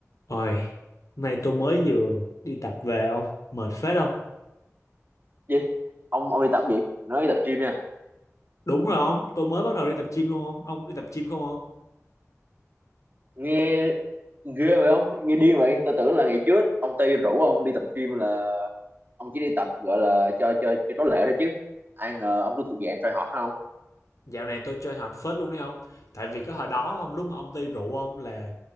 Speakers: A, on the left; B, on the right.
A: Ôi, nay tôi mới vừa đi tập về ông, mệt phết không?
B: gì ông ông đi tập gì nói đi tập gym nha
A: Đúng rồi ông, tôi mới bắt đầu đi tập gym luôn ông, ông đi tập gym không ông?
B: nghe ghê vậy không nghe điên vậy tôi tưởng là ngày trước ông Tây rủ ông đi tập gym là ông chỉ đi tập gọi là cho cho cho có lệ thôi chứ ai ngờ ông cứ thuộc dạng try hard không
A: Dạo này tôi chơi hard phết luôn đấy ông, tại vì cái hồi đó ông lúc mà ông đi rượu ông là